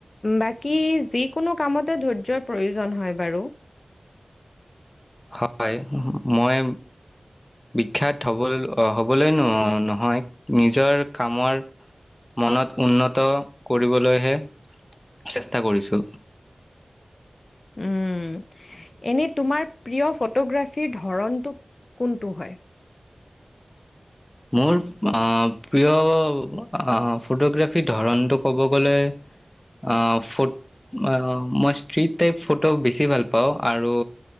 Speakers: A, on the left; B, on the left.
A: বাকী যিকোনো কামতে ধৈৰ্যৰ প্ৰয়োজন হয় বাৰু।
B: হয় মই বিখ্যাত হ'ব হ'বলৈ নহয় নিজৰ কামৰ মনত উন্নত কৰিবলৈহে চেষ্টা কৰিছোঁ।
A: উম। এনেই তোমাৰ প্ৰিয় ফটোগ্ৰাফীৰ ধৰণটো কোনটো হয়?
B: মোৰ অঁ প্ৰিয় অহ ফটোগ্ৰাফীৰ ধৰণটো ক'ব গ'লে আহ ফট অঁ মই ষ্ট্ৰিট টাইপ ফটো বেছি ভাল পাওঁ আৰু